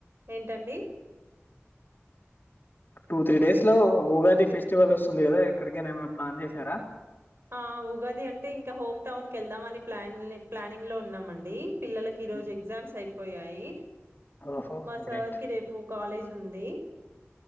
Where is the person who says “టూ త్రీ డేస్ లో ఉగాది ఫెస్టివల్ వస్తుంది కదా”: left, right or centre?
Left